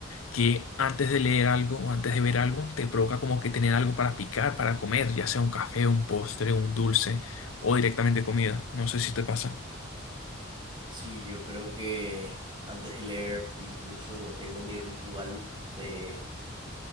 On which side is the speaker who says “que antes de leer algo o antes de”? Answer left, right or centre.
Left